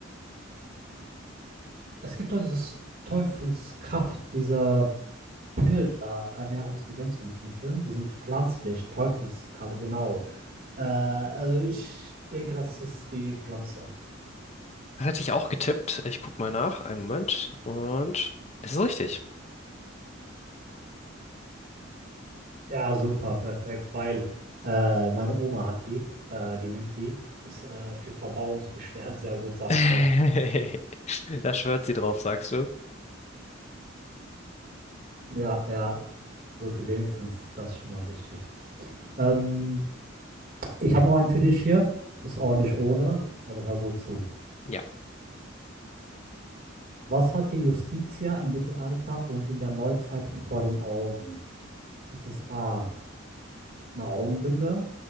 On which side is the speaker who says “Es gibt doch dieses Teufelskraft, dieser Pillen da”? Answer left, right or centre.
Right